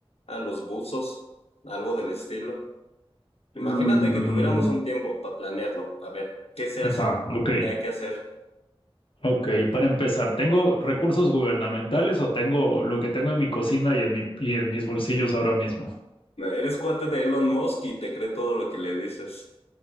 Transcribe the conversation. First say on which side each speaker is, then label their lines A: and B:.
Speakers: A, on the left; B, on the left.
A: a los buzos, algo del estilo. Imagínate
B: mm,
A: que tuviéramos un tiempo para planearlo. A ver, ¿qué se
B: ajá,
A: hace?
B: ok.
A: ¿Qué hay que hacer?
B: Ok, para empezar, ¿tengo recursos gubernamentales o tengo lo que tengo en mi cocina y en mi, y en mis bolsillos ahora mismo?
A: Eres cuate de Elon Musk y te cree todo lo que le dices.